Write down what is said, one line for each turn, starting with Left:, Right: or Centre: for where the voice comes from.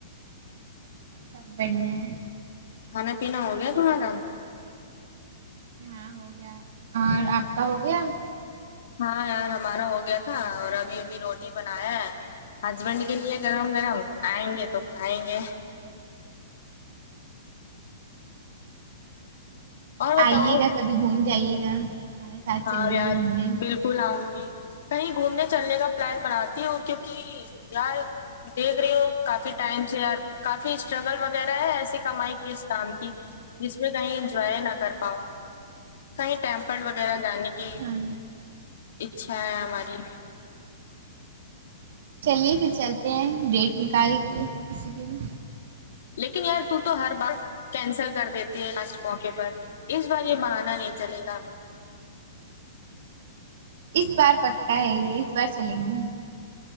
Right: سب بڑھیا ہیں
Left: کھانا پینا ہو گیا تمہارا
Right: ہاں ہو گیا اور آپ کا ہو گیا
Left: ہاں یار ہمارا ہو گیا تھا اور ابھی ابھی روٹی بنایا ہے ہسبینڈ کے لیے گرم گرم آئیں گے تو کھائیں گے اور بتاؤ
Right: آئیے گا ک بھی گھوم جائیے گا ہمارے ساتھ
Left: ہاں
Right: چلیے
Left: یار
Right: گا گھومنے
Left: بال کل اؤں گی کہیں گھومنے چلنے کا پلان بناتی ہوں کیوںکہ یار دیکھ رہی ہوں کافی ٹائم سے یار کافی اسٹرگل وغیرہ ہے ایسی کمائی کس کام کی جس میں کہیں انجوائے نہ کر پاؤ کہیں ٹیم پر وہ وغیرہ جانے کی
Right: ہاں
Left: اچھا ہے ہماری
Right: چلیے پھر چلتے ہیں ڈیٹ نکال کے کسی دن
Left: لیکن یار تو تو ہر بار کینسل کر دیتی ہے لاسٹ موقع پر اس بار یہ بہانا نہیں چلے گا
Right: اس بار پکا ہے یہ اس بار چلیں گے